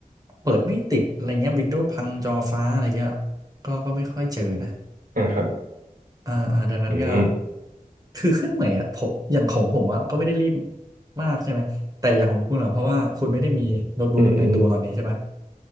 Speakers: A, on the right (about 25°); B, on the right (about 80°).
A: เปิดไม่ติดอะไรเงี้ยวินโดว์พังจอฟ้าอะไรเงี้ยก็ก็ไม่ค่อยเจอนะ
B: อ่าครับ
A: อ่าอ่าดังนั้นก็
B: อืม
A: คือเครื่องใหม่อ่ะผมอย่างของผมอะก็ไม่ได้รีบมากใช่ไหมแต่อย่างของคุณอ่ะเพราะว่าคุณไม่ได้มีโน้ตบุ๊กในตัวตอนนี้ใช่ปะ
B: อืมอืม